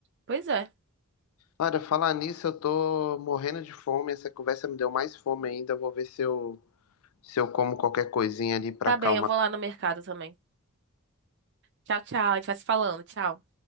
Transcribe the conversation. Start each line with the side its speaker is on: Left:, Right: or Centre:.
Right: pois é.
Left: Olha, falar nisso, eu tô morrendo de fome, essa conversa me deu mais fome ainda, eu vou ver se eu, se eu como qualquer coisinha ali pra
Right: Tá
Left: acalmar.
Right: bem, eu vou lá no mercado também. Tchau, tchau, a gente vai se falando, tchau.